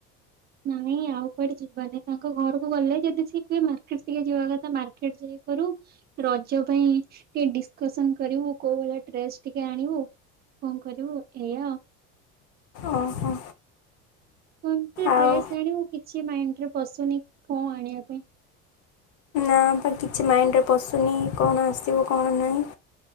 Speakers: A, on the right; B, on the left.
A: ନାଇଁ ଆଉ କୁଆଡେ ଯିବାନାଇ ତାଙ୍କ ଘରକୁ ଗଲେ ଯଦି ସିଏ କୁହେ ମାର୍କେଟ ଟିକେ ଯିବା କଥା ମାର୍କେଟ ଯାଇପାରୁ ରଜ ପାଇଁ ଟିକେ ଡିସ୍କସନ୍ କରିବୁ କୋଉ ଭଳିଆ ଡ୍ରେସ୍ ଟିକେ ଆଣିବୁ କଣ କରିବୁ ଏୟା ଆଉ
B: ଓହୋ
A: କେନ୍ତି
B: ଆଉ
A: ଡ୍ରେସ ଆଣିବୁ କିଛି ମାଇଣ୍ଡରେ ପସୁନି କଣ ଆଣିବା ପାଇଁ
B: ନା ବା କିଛି ମାଇଣ୍ଡରେ ପଶୁନି କଣ ଆସିବ କଣ ନାହିଁ।